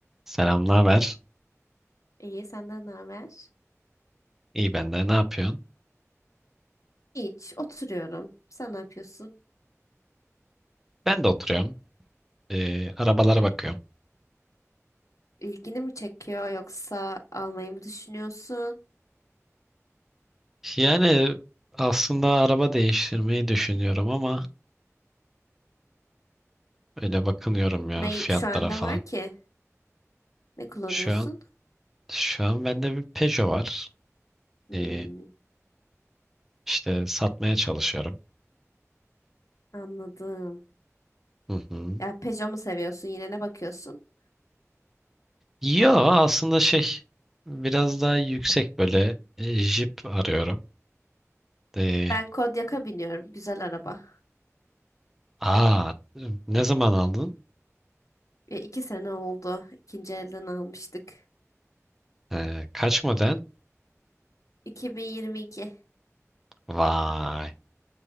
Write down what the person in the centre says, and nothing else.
Selam, ne haber?
İyi ben de. Ne yapıyorsun?
Ben de oturuyorum. Ee, arabalara bakıyorum.
Yani aslında araba değiştirmeyi düşünüyorum ama öyle bakınıyorum ya
fiyatlara
falan.
Şu an şu an bende bir Peugeot var.
Ee, işte satmaya çalışıyorum.
Hı hı.
Yo aslında şey biraz daha yüksek böyle e, Jeep arıyorum. Ee,
aa ne zaman aldın?
Ee, kaç model?
Vay.